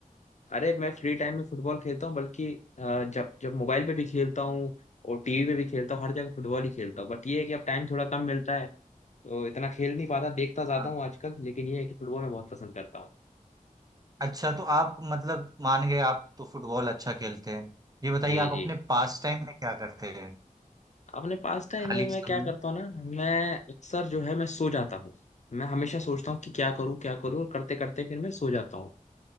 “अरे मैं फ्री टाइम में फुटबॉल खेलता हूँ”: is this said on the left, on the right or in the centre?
Left